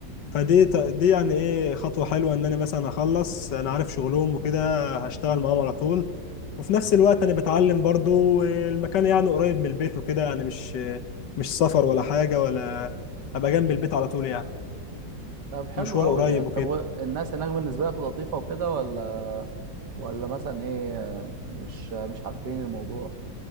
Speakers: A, on the left; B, on the right.
A: فدي ت- دي يعني ايه خطوة حلوة ان انا مثلا اخلص انا عارف شغلهم وكده هشتغل معاهم على طول وفي نفس الوقت انا بتعلم برضو المكان يعني قريب من البيت وكده يعني مش مش سفر ولا حاجة ولا ابقى جنب البيت على طول يعني
B: طب حلو
A: مشوار
B: قوي
A: قريب
B: يعني
A: وكده
B: طب والناس هناك بالنسبة لك لطيفة وكده ولا ولا مثلا ايه مش مش حابين الموضوع